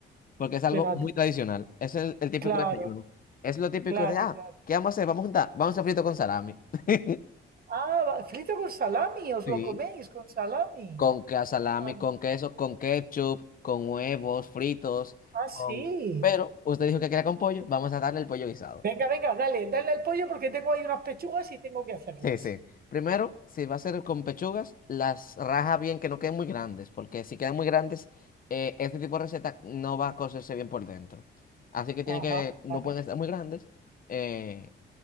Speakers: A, on the left; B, on the right.
A: porque es algo
B: fíjate,
A: muy tradicional. Es el, el típico
B: claro,
A: desayuno. Es lo típico
B: claro,
A: de, ah,
B: claro.
A: ¿qué vamos a hacer? Vamos a juntar, vamos a hacer frito con salami. <laughs>
B: Ah, va- frito con salami, os
A: Sí.
B: lo coméis con salami.
A: Con ca- salami,
B: Ah,
A: con queso, con ketchup, con huevos fritos,
B: ah, sí.
A: con... Pero usted dijo que quería con pollo, vamos a darle el pollo guisado.
B: Venga, venga, dale, dale al pollo porque tengo ahí unas pechugas y tengo que hacerlas.
A: Sí, sí. Primero, si va a ser con pechugas, las raja bien que no queden muy grandes, porque si quedan muy grandes, eh, este tipo de receta no va a cocerse bien por dentro. Así que tiene
B: Ajá,
A: que, no
B: vale.
A: pueden estar muy grandes. eh,